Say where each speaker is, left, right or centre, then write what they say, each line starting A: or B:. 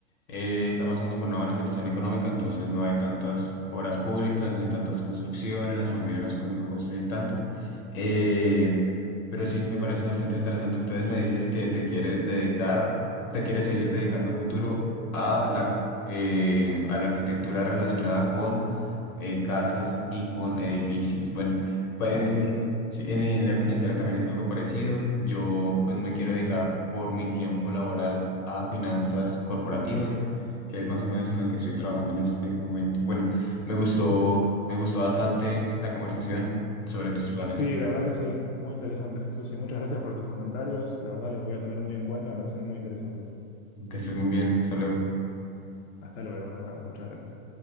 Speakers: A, on the left; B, on the left.
A: eh, está pasando por una buena situación económica, entonces no hay tantas obras públicas, no hay tantas construcciones, las familias no con- no construyen tanto. Eh, pero sí, me parece bastante interesante. Entonces me dices que te quieres dedicar, te quieres seguir dedicando a futuro a la, eh, a la arquitectura relacionada con eh, casas y con edificios. Bueno, pues,
B: Así es.
A: Sí, en en la financiera también es algo parecido. Yo pues me quiero dedicar por mi tiempo laboral a finanzas corporativas, que es más o menos en la que estoy trabajando en este momento. Bueno, me gustó, me gustó bastante la conversación sobre tus planes.
B: Sí, la verdad que sí, muy interesante, Jesús, y muchas gracias por tus comentarios, la verdad los voy a tener muy en cuenta, me parecen muy interesantes.
A: Que estés muy bien. Hasta luego.
B: Hasta luego, nos vemos. Muchas gracias.